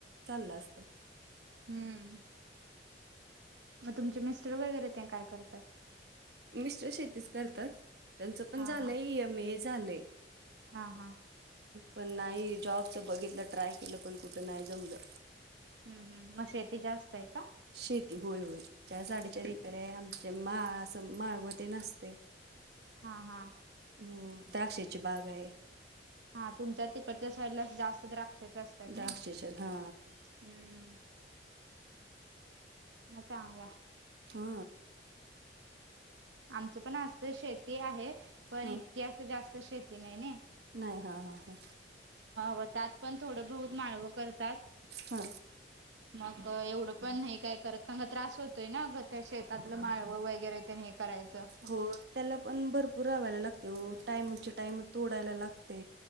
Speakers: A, on the right; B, on the right.
A: चाललं असत
B: हम्म मग तुमचे मिस्टर वगैरे ते काय करतात
A: मिस्टर शेतीच करतात त्यांचं पण
B: हा
A: झालंय
B: हा
A: एम ए झालंय
B: हा हा
A: पण नाही जॉबच बघितलं ट्राय केलं पण कुठं नाही जमलं
B: हम् हम मग शेती जास्त आहे का
A: शेती होय होय चार साडेचार एकर आहे आमचे माळ अस माळ व ते नसते
B: हा हा
A: हम् द्राक्षाची बाग आहे
B: हा तुमच्या तिकडच्या शैरला जास्त द्राक्षाचे असतात
A: द्राक्षाच्या
B: ना हम्म
A: हा
B: म चांग
A: हा
B: आमचं पण असत शेती आहे पण
A: ह
B: इतकी अस जास्त शेती नाही नाही
A: नाही हा हा हा
B: म त्यात पण थोडं बहुत माळवं करतात
A: हा
B: मग एवढं पण नाही काय करत क का त्रास होतोय ना त्या शेतातलं माळवं वगैरे प हे करायचं
A: हो त्याला पण भरपूर रावायला लागते हो टाइमचे टाइम तोडायला लागते